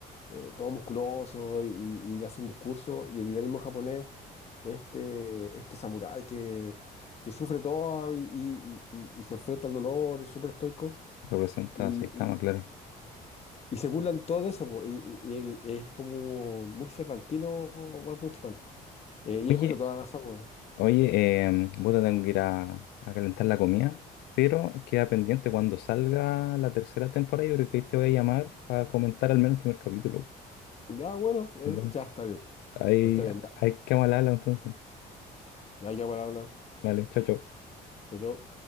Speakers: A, on the left (about 40°); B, on the left (about 80°).
A: eh, todo musculoso y, y- y le hace un discurso, y el idealismo japonés este, este samurái que, que sufre todo y, y- y- y se enfrenta al dolor, es súper estoico,
B: Representa
A: y,
B: a Saitama,
A: y-
B: claro.
A: y se burlan todo de eso, po, y, y- y él es como muy cervantino One Punch Man. Eh, y
B: Oye,
A: él encuentra toda la razón, weón.
B: oye, eh, puta, tengo que ir a, a calentar la comida, pero queda pendiente cuando salga la tercera temporada. Yo creo que ahí te voy a llamar para comentar al menos el primer capítulo.
A: Ya, bueno, eh,
B: po, ¿no?
A: ya está bien,
B: Ahí,
A: está bien, ya,
B: hay que hablarlo entonces.
A: ya, ya, igual habla,
B: Vale, chao, chao.
A: yo, yo.